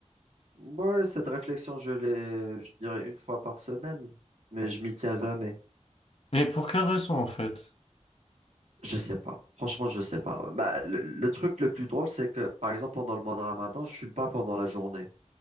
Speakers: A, on the right; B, on the left.
A: Ouais, cette réflexion, je l'ai, je dirais une fois par semaine, mais je m'y tiens jamais.
B: Mais pour quelle raison en fait?
A: Je sais pas. Franchement, je sais pas. Bah, le, le truc le plus drôle, c'est que, par exemple, pendant le mois de Ramadan, je fume pas pendant la journée.